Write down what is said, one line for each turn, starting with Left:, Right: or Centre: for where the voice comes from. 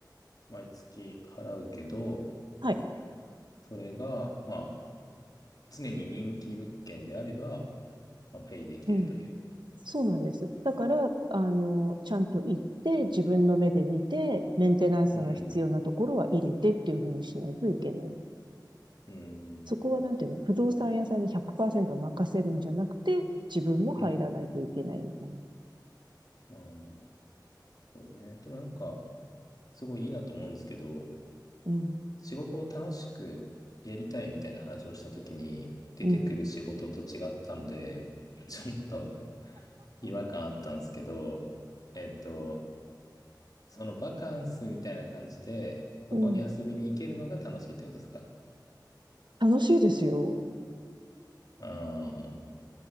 Left: 毎月払うけど、
Right: はい。
Left: それが、まあ、常に人気物件であれば、まあ、ペイできるという。
Right: うん。そうなんです。だから、あの、ちゃんと行って、自分の目で見て、メンテナンスが必要なところは入れてっていうふうにしないといけない。
Left: うん。うん。
Right: そこはなんていうの、不動産屋さんに100%任せるんじゃなくて、自分も入らないといけないみたいな。
Left: うん。あーそうね。でもなんか、すごいいいなと思うんですけど、
Right: うん、
Left: 仕事を楽しくやりたいみたいな話をしたときに、出てくる仕事と違ったので、
Right: うん、
Left: ちょっと違和感あったんですけど、えっと、そのバカンスみたいな感じで、そこに遊びに行けるのが楽しいってことですか
Right: うん。楽しいですよ。
Left: ああ